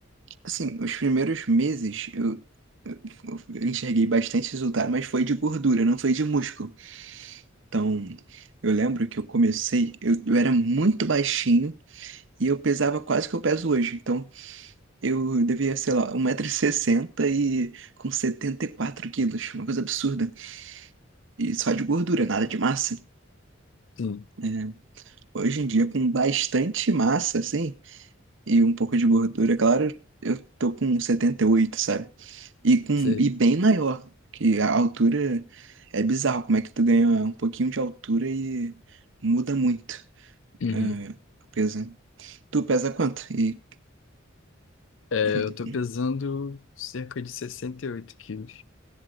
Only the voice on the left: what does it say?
Sim,
sei.
Uhum.
Eu
tô pesando cerca de 68 quilos.